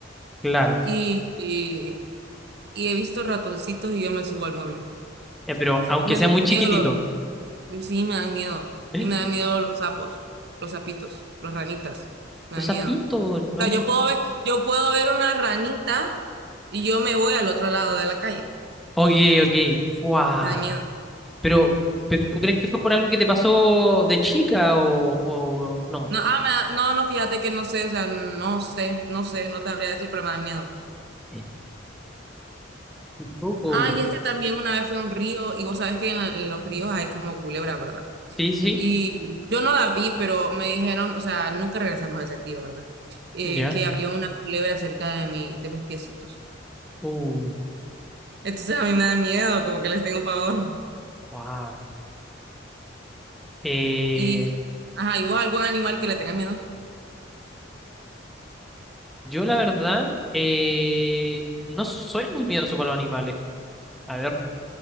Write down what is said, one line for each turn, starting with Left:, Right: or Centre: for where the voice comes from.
Centre: claro.
Right: Y, y he visto ratoncitos y yo me subo al mueble.
Centre: Eh, pero aunque
Right: Me
Centre: sea
Right: da
Centre: muy chiquitito.
Right: miedo los, sí, me dan miedo.
Centre: ¡Eh!
Right: Y me dan miedo los sapos, los sapitos, los ranitas. Me
Centre: Los
Right: dan
Centre: zapitos,
Right: miedo.
Centre: no.
Right: O sea, yo puedo ver, yo puedo ver una ranita y yo me voy al otro lado de la calle.
Centre: Ok, ok. Fuá.
Right: Me da miedo.
Centre: Pero, pero ¿tú crees que fue por algo que te pasó de chica o, o no?
Right: No, ah, me da- no, no, fíjate que no sé, o sea, no sé, no sé, no te habría decir, pero me dan miedo.
Centre: Eh, Un poco.
Right: Ah, y es que también una vez fui a un río y vos sabés que en, en los ríos hay como culebra, ¿verdad?
Centre: Sí, sí.
Right: Y yo no la vi, pero me dijeron, o sea, nunca regresamos a ese río, ¿verdad? Eh,
Centre: Ya.
Right: que había una culebra cerca de mi, de mis piecitos.
Centre: Uh,
Right: Entonces a mí me da miedo, como que les tengo pavor.
Centre: guau. Eh,
Right: Y, ajá, ¿y vos algún animal que le tengas miedo?
Centre: yo la verdad, eh, no soy muy miedoso para los animales. A ver,